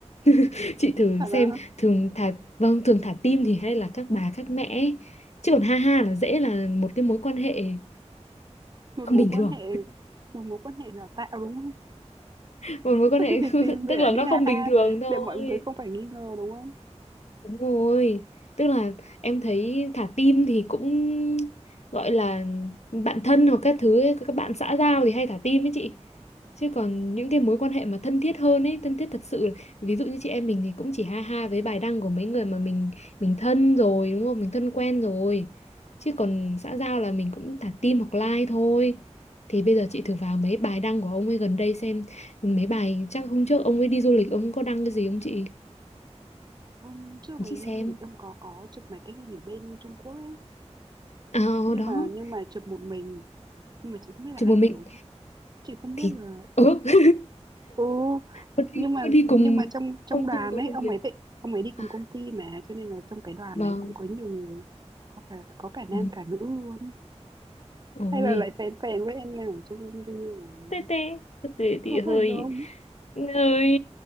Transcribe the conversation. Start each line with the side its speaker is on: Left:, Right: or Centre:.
Left: <laughs> Chị thử
Right: phải
Left: xem
Right: là
Left: thường thả vâng thường thả tim thì hay là các bà các mẹ ấy. Chứ còn ha ha là dễ là một cái mối quan hệ
Right: một
Left: không
Right: mối
Left: bình
Right: quan
Left: thường,
Right: hệ một mối quan hệ giả tạo đúng không
Left: <laughs> một mối quan
Right: <laughs>
Left: hệ
Right: vì tìm
Left: <laughs>
Right: để
Left: tức
Right: lại
Left: là
Right: đi
Left: nó
Right: ha
Left: không
Right: ha
Left: bình thường thôi.
Right: để mọi người không phải nghi ngờ đúng không
Left: Đúng rồi, tức là em thấy thả tim thì cũng gọi là bạn thân hoặc các thứ ấy, các bạn xã giao thì hay thả tim ấy chị. Chứ còn những cái mối quan hệ mà thân thiết hơn ấy, thân thiết thật sự, ví dụ như chị em mình thì cũng chỉ ha ha với bài đăng của mấy người mà mình mình thân rồi đúng không? Mình thân quen rồi. Chứ còn xã giao là mình cũng thả tim hoặc like thôi. Thì bây giờ chị thử vào mấy bài đăng của ông ấy gần đây xem mấy bài chắc hôm trước ông ấy đi du lịch ông có đăng cái gì không chị?
Right: Hôm trước mày
Left: Chị xem.
Right: đi du lịch em có có chụp mấy cái hình ở bên Trung Quốc ấy
Left: À,
Right: nhưng
Left: đó
Right: mà nhưng mà chụp một mình nhưng mà chị không biết là
Left: chụp
Right: ai
Left: một mình
Right: chụp chị không biết
Left: thì
Right: là
Left: ừ. <laughs>
Right: ừ
Left: có đi
Right: nhưng mà
Left: có đi
Right: nhưng
Left: cùng
Right: mà trong trong
Left: không
Right: đoàn
Left: không có
Right: ấy
Left: đồng
Right: ông
Left: nghiệp
Right: ấy vậy ông ấy đi cùng
Left: à,
Right: công ty mà cho nên là trong cái đoàn
Left: vâng
Right: đấy cũng có nhiều người có cả có cả nam
Left: ừ.
Right: cả nữ luôn
Left: ôi
Right: hay là lại phèn phèn với em nào ở trong công ty rồi
Left: tê tê tê thì
Right: có
Left: hơi
Right: phải không
Left: ơi